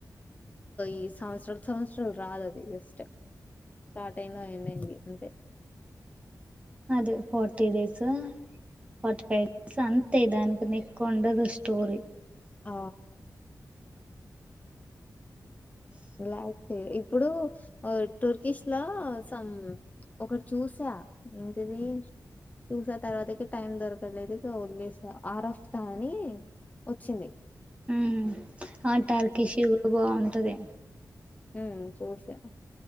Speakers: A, on the left; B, on the right.
A: ఈ సంవత్సరలు సంవత్సరలు రాదు అది జస్ట్ స్టార్ట్ అయింద ఎండ్ అయింది అంటే
B: అదే forty days forty five days అంతే దానికి ఎక్కువ ఉండదు స్టోరీ
A: ఆ ఇలా అయితే ఇప్పుడు టూర్కిష్ లో సమ్ ఒకటి చూసా ఏంటిది చూసా తర్వాతకి టైం దొరకలేదు వలేస ఆర్ఫ్తా అని వచ్చింది
B: ఉమ్ ఆ టార్కిషూలు బాగుంటది
A: ఉ చూసాను